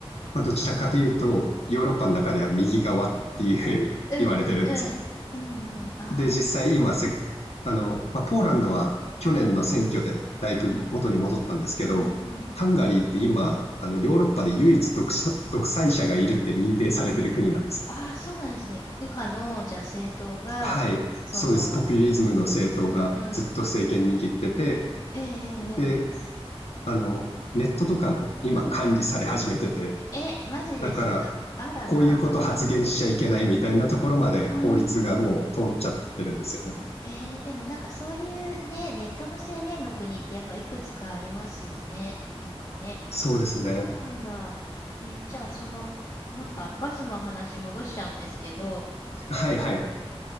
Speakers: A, on the left; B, on the left.
A: まあ、どちらかというと、ヨーロッパの中では右側っていうふうに言われてるんですね。
B: うんうんうん。うんうん。ああ、
A: で、実際今せ、あの、まあ、ポーランドは去年の選挙でだいぶ元に戻ったんですけど、
B: うん。うんうん。
A: ハンガリーって今、あのヨーロッパで唯一独所独裁者がいるって認定されてる国なんですね。
B: ああ、そうなんですね。右派の、じゃあ政党が、
A: はい、
B: その、
A: そうです。ポピュリズムの政党がずっと政権握ってて、
B: うんうん。ええええええ
A: で、あの、ネットとかも今管理され始めてて、
B: うん。え、マジですか。
A: だから、
B: あら、
A: こういうこと発言しちゃいけないみたいなところまで法律がもう通っちゃってるんですよね。
B: まあ、うんうん。うーん。えー、でもなんかそういうね、ネットの制限の国ってやっぱいくつかありますよね。なんかね。
A: そうですね。
B: そうなんだ。えーじゃあその、なんかバスの話戻しちゃうんですけど、
A: はいはい。